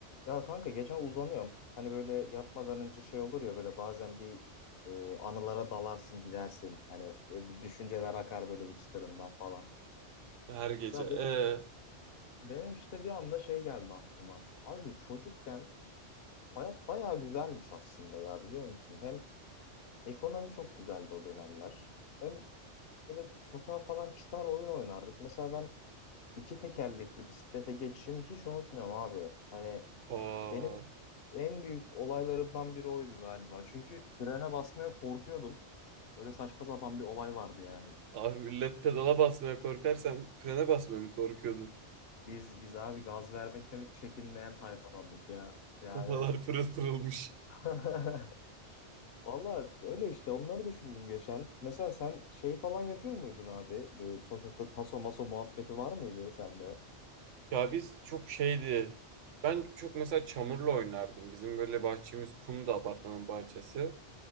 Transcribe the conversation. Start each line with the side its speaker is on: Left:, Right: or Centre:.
Left: Ya kanka geçen uzanıyorum. Hani böyle yatmadan önce şey olur ya böyle bazen bir e, anılara dalarsın gidersin. Hani böyle bir düşünceler akar böyle bir çıtırından falan.
Right: Her gece.
Left: Ya
Right: Ee,
Left: benim, benim işte bir anda şey geldi aklıma. Abi çocukken hayat bayağı güzelmiş aslında ya biliyor musun? Hem ekonomi çok güzeldi o dönemler. Hem böyle sokağa falan çıkar oyun oynardık. Mesela ben iki tekerlekli bisiklete geçişimi hiç unutmuyorum abi. Hani
Right: aa,
Left: Benim en büyük olaylarımdan biri oydu galiba. Çünkü frene basmaya korkuyordum. Öyle saçma sapan bir olay vardı yani.
Right: abi millet pedala basmaya korkar frene basmaya mı korkuyordun?
Left: Biz biz abi gaz vermekten hiç çekinmeyen tayfalandık ya. Yani
Right: Kafalar pırıl pırılmış.
Left: <laughs> Valla öyle işte onları düşündüm geçen. Mesela sen şey falan yapıyor muydun abi? Böyle sokakta taso maso muhabbeti var mıydı sende?
Right: Ya biz çok şeydi. Ben çok mesela çamurla oynardım. Bizim böyle bahçemiz kumdu apartmanın bahçesi.